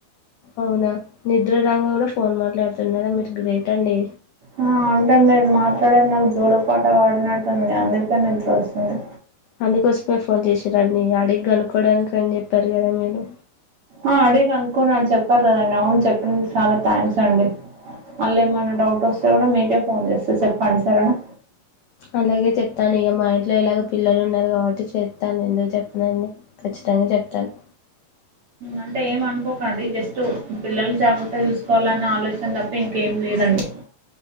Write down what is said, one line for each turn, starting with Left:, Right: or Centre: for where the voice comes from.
Left: అవునా నిద్ర రాంగ కూడా ఫోన్ మాట్లాడుతున్నారా మీరు గ్రేట్ అండి
Right: ఆ అంటే మీరు మాట్లాడేది నాకు జోలపాట పాడినట్టుంది అందుకే నిద్రస్తుంది
Left: అందుకోసమే ఫోన్ చేసిరండి అడిగి కనుక్కోవడానికి అని చెప్పారు కదా మీరు
Right: ఆ అడిగి కనుకొని అని చెప్తారు కదండి అవును చెప్పిన చాలా థ్యాంక్స్ అండి మళ్ళీ ఏమైనా డౌట్ వస్తే కూడా మీకే ఫోన్ చేస్తే చెప్పండి సరేనా
Left: అలాగే చెప్తాను ఇక మా ఇంట్లో ఇలాగొ పిల్లలు ఉన్నారు కాబట్టి చెప్తాను ఎందుకు చెప్పనండి ఖచ్చితంగా చెప్తాను
Right: అంటే ఏం అనుకోకండి జస్ట్ పిల్లల్ని జాగ్రత్త చూస్ పోలన్నీ ఆలోచనలు అత్ ఇంకేం లేదండి